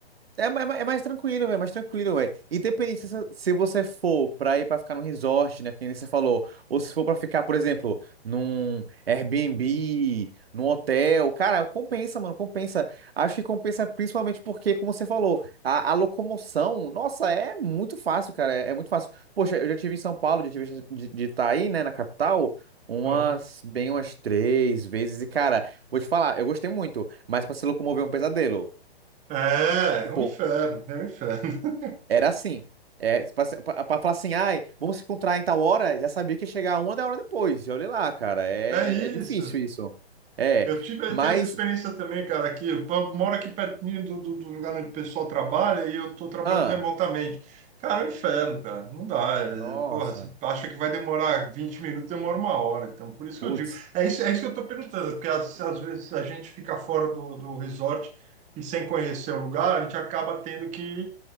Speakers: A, on the right; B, on the right.
A: É, ma- é ma- é mais tranquilo, velho, é mais tranquilo, velho. Independente se, você- se você for pra ir pra ficar num resort, né, que nem você falou, ou se for pra ficar, por exemplo, num Airbnb, num hotel, cara, compensa, mano, compensa. Acho que compensa principalmente porque, como você falou, a, a locomoção, nossa, é muito fácil, cara, é, é muito fácil. Poxa, eu já tive em São Paulo, já tive chance de estar aí, né, na capital, umas,
B: Uhum.
A: bem umas três vezes, e, cara, vou te falar, eu gostei muito, mas pra se locomover é um pesadelo.
B: É,
A: Tipo,
B: é um inferno, é um inferno. <laughs>
A: era assim. É, pra, pra- pra falar assim, ai, vamos se encontrar em tal hora, já sabia que ia chegar uma da hora depois. E olha lá, cara, é,
B: É
A: é, é difícil
B: isso.
A: isso. É,
B: Eu tive eu
A: mas,
B: tenho essa experiência também, cara, aqui. Eu pa- moro aqui pertinho do, do, do lugar onde o pessoal trabalha e eu estou trabalhando
A: ah,
B: remotamente. Cara, é um inferno, cara. Não dá. é-
A: nossa,
B: Porra, você acha que vai demorar 20 minutos, demora uma hora. Então, por isso que
A: putz,
B: eu digo. É isso, é isso que eu estou perguntando, porque às, às vezes a gente fica fora do, do resort e sem conhecer o lugar, a gente acaba tendo que